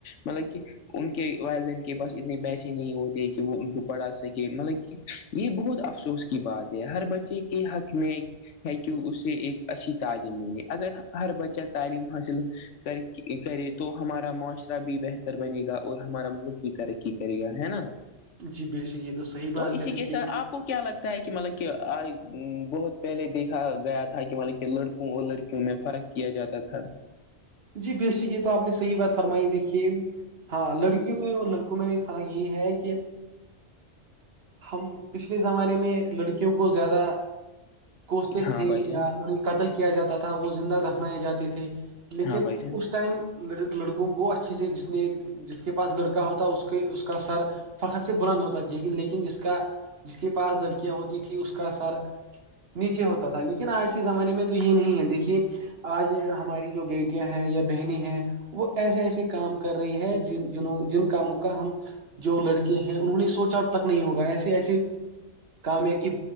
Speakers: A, on the left; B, on the right.
A: مطلب کہ ان کے والدین کے پاس اتنے پیسے نہیں ہوتے کہ وہ ان کو پڑھا سکے مطلب کہ یہ بہت افسوس کی بات ہے ہر بچے کے حق میں ہے کہ اس سے ایک اچھی تعلیم ملیے اگر ہر بچہ تعلیم حاصل کر کرے تو ہمارا معاشرہ بھی بہتر بنے گا اور ہمارا ملک بھی ترقی کرے گا ہے نا
B: جی بے شک یہ تو صحیح بات
A: اسی
B: ہے دیکھیے
A: کے ساتھ اپ کو کیا لگتا ہے کہ مطلب کہ بہت پہلے دیکھ گیا تھا کہ مطلب کہ لڑکوں اور لڑکیوں میں فرق کیا جاتا تھا
B: جی بے شک یہ تو آپ نے صحیح بات فرمائی دیکھی ہاں لڑکیوں میں اور لڑکوں میں بھی فرق یہ ہے کہ ہم پچھلے زمانے میں لڑکیوں کو کو زیادہ کوستے
A: ہاں
B: تھے
A: بھائی جان
B: یا انہیں قتل کیا جاتا تھا وہ زندہ دفنائیں جاتے تھے لیکن
A: ہاں بھائی جان
B: اس ٹائم لڑکوں کو اچھے سے جس نے جس کے پاس لڑکا ہوتا اس کے اس کا سر فخر سے بلند ہوتا لیکن جس کا جس کے پاس لڑکیاں ہوتی تھیں اس کا سر نیچے ہوتا تھا لیکن آج کے زمانے میں تو یہ نہیں ہے دیکھیے آج ہماری جو بیٹیاں ہیں یا بہنییں ہیں وہ ایسے ایسے کام کر رہی ہے جن جنوں جن کاموں کا ہم جو لڑکے ہیں انہوں نے سوچا تک نہیں ہوگا ایسے ایسے کامیا کی